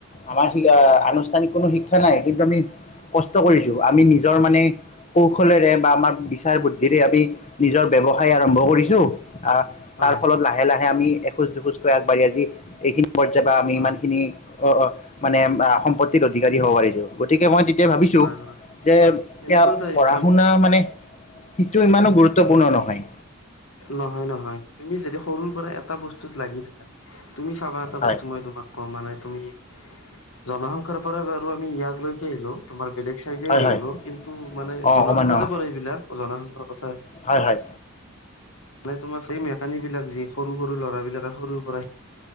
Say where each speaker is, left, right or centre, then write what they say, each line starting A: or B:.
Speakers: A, on the left; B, on the left.
A: আমাৰ শ আনুষ্ঠানিক কোনো শিক্ষা নাই কিন্তু আমি কষ্ট কৰিছো আমি নিজৰ মানে কৌশলেৰে বা আমাৰ বিচাৰ বুদ্ধিৰে আমি নিজৰ ব্যবসায় আৰম্ভ কৰিছো অ',
B: হয়
A: তাৰ ফলত লাহে লাহে আমি এখোজ দুখোজকৈ আগবাঢ়ি আজি এইখিনি পৰ্যায় বা আমি
B: হয়
A: ইমানখিনি অ', অ', মানে সম্পত্তিৰ অধিকাৰী হ'ব পাৰিছো গতিকে মই এতিয়া ভাবিছো
B: হয় হয়
A: যে এতিয়া
B: এনেকুৱা টাইপ
A: পঢ়া-শুনা মানে সিটো ইমানো গুৰুত্বপূৰ্ণ
B: হয়
A: নহয়।
B: নহয়, নহয় তুমি যদি সৰুৰ পৰা এটা বস্তুত লাগি থাকা তুমি চাবা এটা
A: হয়
B: বস্তু মই তোমাক কম মানে। তুমি জনসংখ্যাৰ পৰা বাৰু আমি ইয়াত লৈকে আহিলো তোমাৰ বেলেগ চাইডে
A: হয়
B: আহি
A: হয়
B: গ'লো কিন্তু মানে
A: অঁ
B: জনসংখ্যাতে
A: অকমান অঁ
B: পৰে এইবিলাক জনসংখ্যাৰ কথা
A: হয় হয়।
B: মানে তোমাৰ সেই মেকানিক বিলাক যি সৰু সৰু ল'ৰাবলাকে সৰুৰ পৰা